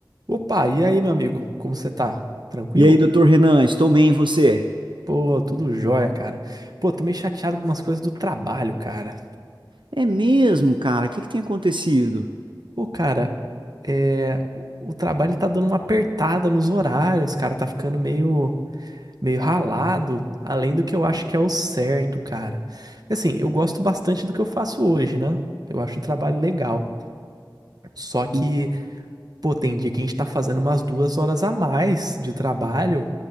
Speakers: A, on the right; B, on the right.
A: Opa, e aí, meu amigo? Como você tá? Tranquilo?
B: E aí, doutor Renan, estou bem, e você?
A: Pô, tudo jóia, cara. Pô, tô meio chateado com umas coisas do trabalho, cara.
B: É mesmo, cara? O que que tem acontecido?
A: Pô, cara, é... o o trabalho tá dando uma apertada nos horários, cara. Tá ficando meio, meio ralado, além do que eu acho que é o certo, cara. Assim, eu gosto bastante do que eu faço hoje, né? Eu acho o trabalho legal. Só que,
B: En-
A: pô, tem dia que a gente tá fazendo umas duas horas a mais de trabalho